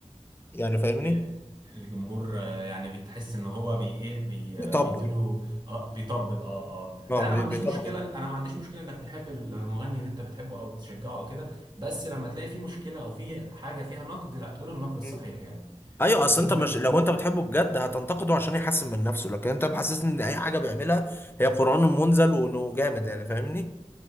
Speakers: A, on the left; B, on the right.
A: يعني فاهمني
B: إيه، الجمهور آه، يعني بتحس ان هو بي ايه بي
A: بيطبل
B: آه، بيديله اه بيطبل اه اه
A: اه
B: لا انا
A: بي-
B: ما عنديش
A: بيطبل
B: مشكله انا ما عنديش مشكله انك تحب المغني اللي انت بتحبه او تشجعه او كده بس لما تلاقي فيه مشكله او فيه حاجه فيها نقد لا تقول النقد الصحيح
A: مم.
B: يعني
A: ايوه
B: لان
A: اصل انت مش لو انت بتحبه بجد هتنتقده عشان يحسن من نفسه لكن انت محسسني ان اي حاجه بيعملها هي قران منزل وانه جامد يعني فاهمني